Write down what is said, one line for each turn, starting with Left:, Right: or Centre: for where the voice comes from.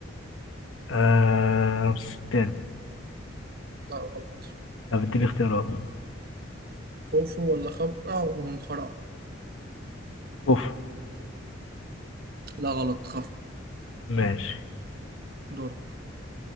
Left: آه رمسيس الثاني
Right: لا غلط
Left: طب اديني اختيارات
Right: خوفو ولا خفرع ولا منقرع
Left: خوف
Right: لا غلط خفرع
Left: ماشي
Right: دورك